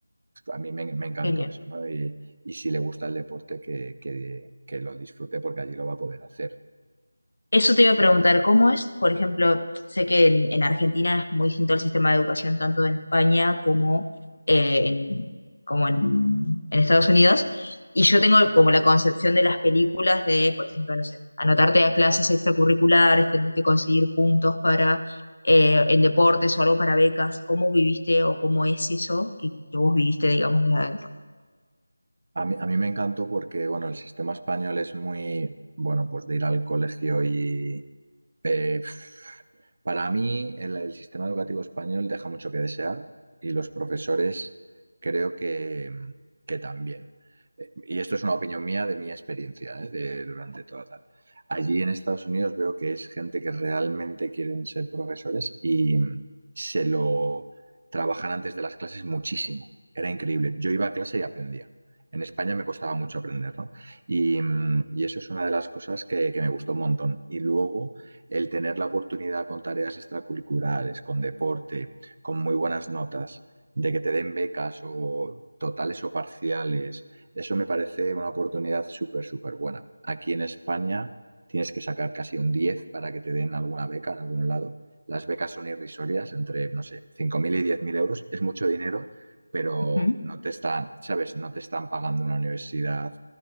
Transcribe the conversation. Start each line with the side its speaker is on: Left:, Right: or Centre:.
Right: a mí me, me encantó
Left: genial.
Right: eso, ¿no? Y, y si le gusta el deporte, que, que- que lo disfrute porque allí lo va a poder hacer.
Left: Eso te iba a preguntar, ¿cómo es? Por ejemplo, sé que en, en Argentina es muy distinto el sistema de educación tanto en España como, eh, en, como en, en Estados Unidos. Y yo tengo como la concepción de las películas de, por ejemplo, no sé, anotarte a clases extracurriculares, tenés que conseguir puntos para eh, en deportes o algo para becas. ¿Cómo viviste o cómo es eso que, que vos viviste, digamos, desde adentro?
Right: A mí, a mí me encantó porque, bueno, el sistema español es muy, bueno, pues de ir al colegio y... eh, Para mí, el, el sistema educativo español deja mucho que desear y los profesores creo que, que también. Eh, Y esto es una opinión mía de mi experiencia, ¿eh? de, durante toda tal. Allí en Estados Unidos veo que es gente que realmente quieren ser profesores y se lo trabajan antes de las clases muchísimo. Era increíble. Yo iba a clase y aprendía. En España me costaba mucho aprender, ¿no? Y, mm, y eso es una de las cosas que, que me gustó un montón. Y luego el tener la oportunidad con tareas extracurriculares, con deporte, con muy buenas notas, de que te den becas o totales o parciales, eso me parece una oportunidad súper, súper buena. Aquí en España tienes que sacar casi un 10 para que te den alguna beca en algún lado. Las becas son irrisorias, entre, no sé, 5.000 y 10.000 euros. Es mucho dinero, pero
Left: Ujú.
Right: no te están, ¿sabes? No te están pagando una universidad